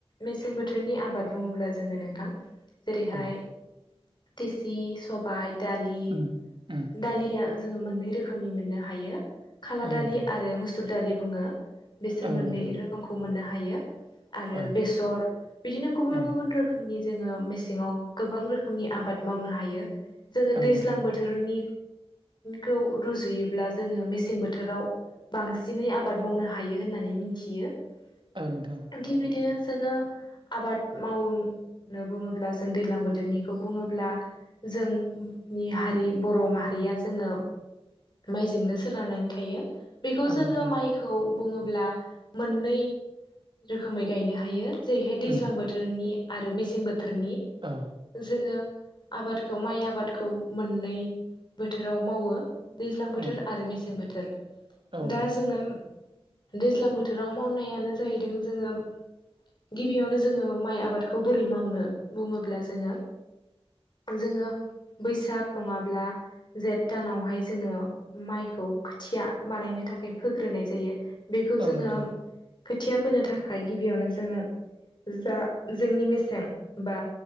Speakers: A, on the left; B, on the right.
A: मेसें बोथोरनि आबाद बुङोब्ला जोङो नोंथां जेरैहाय
B: औ
A: थेसि सबाय दालि
B: उम उम
A: दालिया जोङो मोननै रोखोमनि मोननो हायो । खाला
B: औ
A: दालि
B: नोंथां
A: आरो मुसुर दालि बुङो बिसोर
B: औ
A: मोननै
B: नोंथां
A: रोखोमखौ मोननो हायो । आरो
B: औ
A: बेसर बिदिनो गुबुन
B: उम
A: गुबुन रोखोम नि जोङो मेसेङाव गोबां रोखोमनि आबाद मावनो हायो जोङो
B: औ
A: दैज्लां
B: नोंथां
A: बोथोरनि खौ रुजुयोब्ला जोङो मेसें बोथोराव बांसिनै आबाद मावनो हायो होननानै मिथियो ।
B: औ नोंथां
A: थिग बिदिनो जोङो आबाद माव नो बुङोब्ला जों दैज्लां बोथोरनिखौ बुङोब्ला जोंनि हारि बर' माहा रिया जोङो माइजोंनो सोनारनानै थायो बेखौ
B: औ
A: जोङो
B: नोंथां
A: माइखौ बुङोह ब्ला मोननै रोखोमै गायनो हायो जेरैहाय दैज्लां
B: उम
A: बोथोरनि आरो मेसें बोथोरनि ।
B: औ
A: जोङो आबादखौ माइ आबादखौ मोननै बोथोराव मावो । दैज्लां बोथोर
B: उम
A: आरो मेसें बोथोर
B: औ
A: दा
B: नोंथां
A: जोङो दैज्लां बोथोराव मावनायानो जाहैदों जोङो गिबियावनो जोङो माइ आबाद खौ बोरै मावनो बुङोब्ला जोङो जोङो बैसाग नङाब्ला जेठ दानावहाय जोङो माइखौ खोथिया बानायनो थाखाय फोग्रोनाय जायो । बेखौ जोङो
B: औ नोंथां
A: खोथिया फोनो थाखाय गिबियावनो जोङो जा जोंनि मेसें बा